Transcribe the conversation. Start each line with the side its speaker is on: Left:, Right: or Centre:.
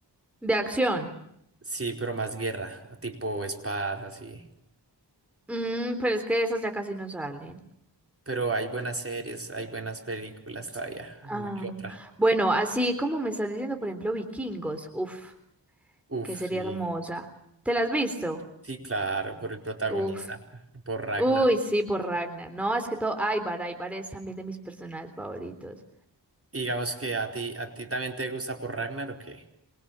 Centre: De acción.
Right: Sí, pero más guerra, tipo espadas, así.
Centre: Mm, pero es que esas ya casi no salen.
Right: Pero hay buenas series, hay buenas películas todavía,
Centre: Ah,
Right: una que otra.
Centre: bueno, así como me estás diciendo, por ejemplo, Vikingos. Uf,
Right: Uf,
Centre: que sería
Right: sí,
Centre: hermosa. ¿Te la has visto?
Right: sí, claro, por el protagonista,
Centre: Uf.
Right: por Ragnar.
Centre: Uy, sí, por Ragnar. No, es que todo. Aybar, Aybar es también de mis personajes favoritos.
Right: Y Digamos que a ti, a ti también te gusta por Ragnar o qué?